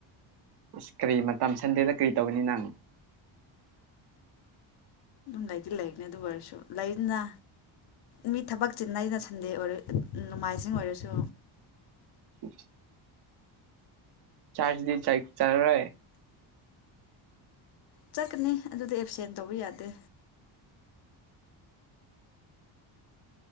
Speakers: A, on the right (about 55°); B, on the left (about 55°).
A: ꯑꯁ ꯀꯔꯤ ꯃꯇꯝ ꯁꯟꯗꯦꯗ ꯀꯔꯤ ꯇꯧꯒꯅꯤ ꯅꯪ
B: ꯂꯩꯗꯤ ꯂꯩꯔꯤꯅꯤ ꯑꯗꯨꯕꯨ ꯑꯣꯏꯔꯁꯨ ꯂꯩꯅ ꯃꯤ ꯊꯕꯛ ꯆꯤꯟꯅꯩꯅ ꯁꯟꯗꯦ ꯑꯣꯏꯔ ꯅꯣꯡꯃꯥꯏꯖꯤꯡ ꯑꯣꯏꯔꯁꯨ
A: ꯏꯁ ꯆꯥꯖꯗꯤ ꯆꯥꯏ ꯆꯔꯦ
B: ꯆꯠꯀꯅꯤ ꯑꯗꯨꯗꯤ ꯑꯦꯞꯁꯦꯟ ꯇꯧꯕ ꯌꯥꯗꯦ